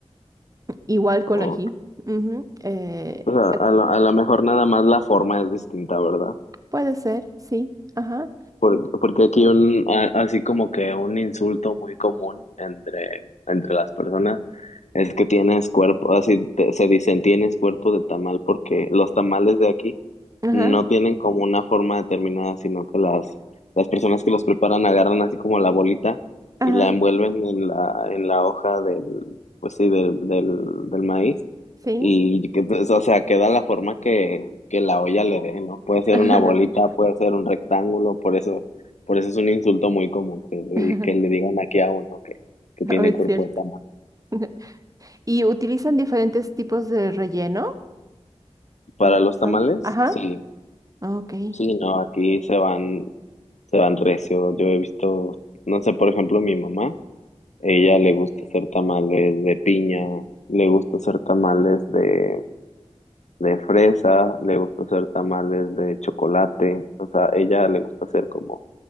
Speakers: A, on the right; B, on the left.
A: igual con
B: ok.
A: ají. Ujú, eh,
B: O sea,
A: eh,
B: a lo, a lo mejor nada más la forma es distinta, ¿verdad?
A: puede ser, sí, ajá,
B: Por- Porque aquí un, a- así como que un insulto muy común entre, entre las personas es que tienes cuerpo, así te- se dicen tienes cuerpo de tamal porque los tamales de aquí
A: ajá,
B: no tienen como una forma determinada, sino que las, las personas que los preparan agarran así como la bolita
A: ajá,
B: y la envuelven en la, en la hoja del, pues sí, del, del, del maíz.
A: sí,
B: Y que, pues, o sea, queda la forma que, que la olla le dé, ¿no? Puede ser
A: <laughs>
B: una bolita, puede ser un rectángulo, por eso, por eso es un insulto muy común que,
A: ajá,
B: que le digan aquí a uno que, que
A: no
B: tiene
A: es
B: cuerpo
A: cierto.
B: de tamal.
A: <laughs> ¿Y utilizan diferentes tipos de relleno?
B: Para
A: ¿O
B: los
A: son?
B: tamales,
A: Ajá,
B: sí,
A: ok.
B: sí, no, aquí se van. se van recio. Yo he visto, no sé, por ejemplo, mi mamá, ella le gusta hacer tamales de piña, le gusta hacer tamales de, de fresa, le gusta hacer tamales de chocolate, o sea, ella le gusta hacer como,